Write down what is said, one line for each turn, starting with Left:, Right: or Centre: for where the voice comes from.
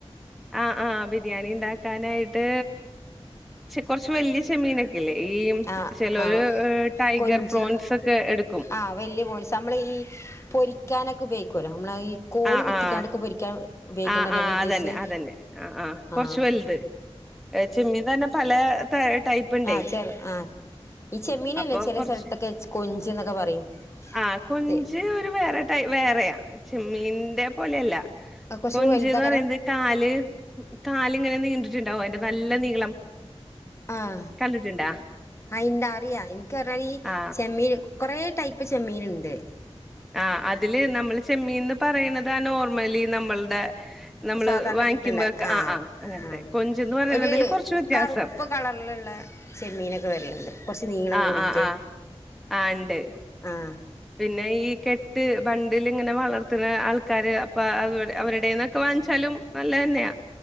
Centre: ആഹ് ആഹ് ബിരിയാണി ഉണ്ടാക്കാനായിട്ട് കൊറച്ച് വലിയ ചെമ്മീനൊക്കെ ല്ലേ ഈ
Left: ആ
Centre: ചെലരു
Left: ആ
Centre: ടൈഗർ
Left: കൊഞ്ച്
Centre: പ്രോൺസ് ഒക്കെ എടുക്കും
Left: ആ വല്യ പോൺസ് നമ്മള് ഈ പൊരിക്കാനൊക്കെ ഉപയോഗിക്കല്ലോ നമ്മള ഈ കോല്
Centre: ആഹ്
Left: കുത്തിക്കാണ്ടൊക്കെ
Centre: ആഹ്
Left: പൊരിക്കാൻ ഉപയോഗിക്കണ്ടല്ലെങ്ങ
Centre: ആഹ് ആഹ്
Left: ഉദ്ദേശിച്ച
Centre: അതന്നെ അതന്നെ ആഹ് കൊറച്ച്
Left: ആഹ്
Centre: വലുത് ചെമ്മീൻ തന്നെ പല ടൈപ്പ് ഉണ്ടേ
Left: ആഹ് ശരി ആഹ് ഈ ചെമ്മീനല്ലേ
Centre: അപ്പൊ
Left: ചില
Centre: കൊറച്ച്
Left: സ്ഥലത്തൊക്കെ കൊന്ജ് ന്നൊക്കെ പറയും
Centre: ആ കൊഞ്ച്
Left: അതെ
Centre: ഒരു വേറെ വേറെയാ ചെമ്മീന്റെ പോലെയല്ല
Left: കുറച്ച്
Centre: കൊഞ്ച്ന്ന്
Left: വലുതാകരം
Centre: പറയുന്നത് കാല് കാലിങ്ങനെ നീണ്ടിട്ടുണ്ടാവോ അതിന്റെ നല്ല നീളം
Left: ആഹ്
Centre: കണ്ടിട്ടുണ്ടാ?
Left: അയിന്റെ അറിയാ എനിക്ക് പറഞ്ഞാൽ ഈ
Centre: ആ
Left: ചെമ്മീന് കുറേ ടൈപ്പ് ചെമ്മീൻ ഉണ്ട്
Centre: ആഹ് അതില് നമ്മള് ചെമ്മീന്ന് പറയുന്നതാ നോർമലി നമ്മളുടെ നമ്മള്
Left: സാധാരണ
Centre: വാങ്ങിക്കുമ്പോക്കെ
Left: കിട്ടണ്ട
Centre: ആഹ് ആഹ് അങ്ങനത്തെ
Left: ആഹ്
Centre: കൊഞ്ചന്ന് പറയുന്നതിൽ
Left: ഒരു
Centre: കുറച്ച് വ്യത്യാസം
Left: കറുപ്പ് കളറിലുള്ള ചെമീനൊക്കെ വരലുണ്ട് കൊറച്ച് നീളം
Centre: ആ
Left: കൂടിട്ട്
Centre: ആ ആ ആ ഇണ്ട്.
Left: ആഹ്
Centre: പിന്നെ ഈ കെട്ട് ബണ്ടിലിങ്ങനെ വളർത്തുന്ന ആൾക്കാര് അപ്പൊ അവരുടെന്നൊക്കെ വാങ്ങിച്ചാലും നല്ലതന്നെയാ